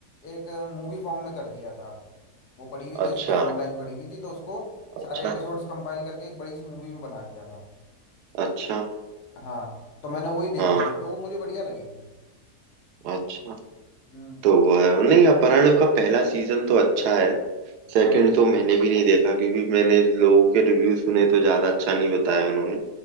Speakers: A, on the left; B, on the right.
A: एक मूवी फॉर्म में कर दिया था वो पड़ी हुई थी
B: अच्छा
A: उस पे ऑनलाइन पड़ी हुई थी तो उसको
B: अच्छा
A: सारे एपिसोड्स कंपाइल करके एक बड़ी सी मूवी में बना दिया था
B: अच्छा
A: हाँ तो मैंने वही देखी
B: हाँ
A: थी तो वो मुझे बढ़िया लगी थी
B: अच्छा
A: हम्म
B: तो वो है नहीं अपहरण का पहला सीजन तो अच्छा है सेकंड
A: हाँ हाँ
B: तो मैंने भी नहीं देखा क्योंकि मैंने लोगों के रिव्यू सुने तो ज्यादा अच्छा नहीं बताया उन्होंने